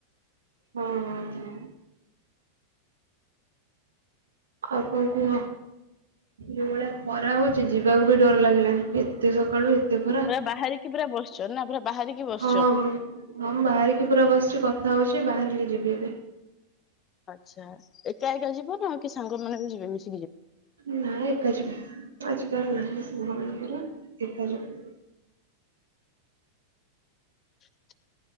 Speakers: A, on the right; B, on the left.
A: ହଁ ହଁ ହ। ଆଉ କଣ କୁହ? ଏ ଭଳିଆ ଖରା ହଉଛି, ଯିବାକୁ ବି ଡର ଲାଗିଲାଣି। ଏତେ ସକାଳୁ ଏତେ ଖରା।
B: ପୁରା ବାହାରିକି ପୁରା ବସିଛ ନା ପୁରା ବାହାରିକି ବସିଛ
A: ହଁ ମୁଁ ଆମେ ବାହାରିକି ପୁ ଭିତରେ ବସିଛି କଥା ହଉଛି, ବାହାରିଲି ଯିବି ଏବେ।
B: ଆଚ୍ଛା, ଏକା ଏକା ଯିବନା କି ସାଙ୍ଗମାନେ ବି ଯିବେ ମିଶି।
A: ନାଏ ଏକା ଯିବି। ଆଜିକାର ନା <inaudible> ଏକା ଯିବି।
B: ଛ